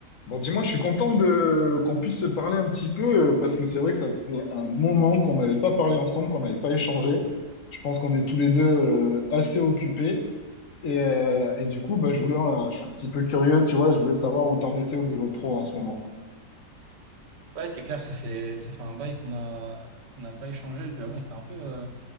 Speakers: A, on the left; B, on the right.
A: Bon, dis-moi, je suis content de qu'on puisse se parler un petit peu euh, parce que c'est vrai que ça faisait un moment qu'on n'avait pas parlé ensemble, qu'on n'avait pas échangé. Je pense qu'on est tous les deux euh, assez occupés et, euh, et du coup, bah, je voulais, euh, je suis un petit peu curieux, tu vois, je voulais savoir où t'en étais au niveau pro en ce moment.
B: Ouais, c'est clair, ça fait, ça fait un bail qu'on a, qu'on n'a pas échangé. J'avoue, on s'était un peu, euh,